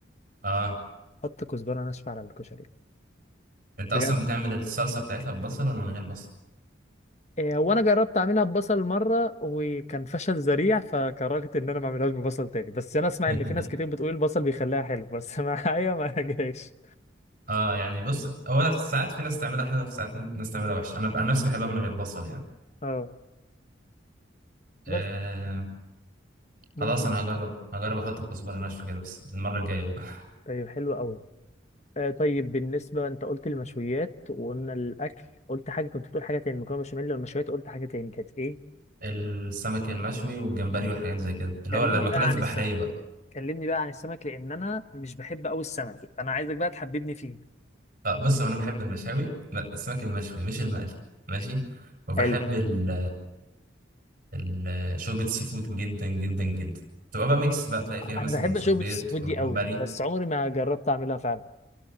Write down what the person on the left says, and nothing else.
حط كزبره ناشفه على الكشري
بجد
إيه، هو انا جربت اعملها ببصل مره وكان فشل ذريع فكرهت ان انا ما اعملهاش ببصل تاني بس انا اسمع
ان في ناس كتير بتقول البصل بيخليها حلو بس <laughs> معايا ما جاش
اه
بس ممكن
طيب حلو قوي آه طيب بالنسبه انت قلت المشويات وقلنا الاكل قلت حاجه كنت بتقول حاجه تاني مكرونه بشاميل والمشويات قلت حاجه تاني كانت ايه
كلمني
بقى عن
السمك
كلمني بقى عن السمك لان انا مش بحب قوي السمك فانا عايزك بقى تحببني فيه
حلو
انا بحب
شوربه السي فود
دي قوي بس عمري ما جربت اعملها فعلا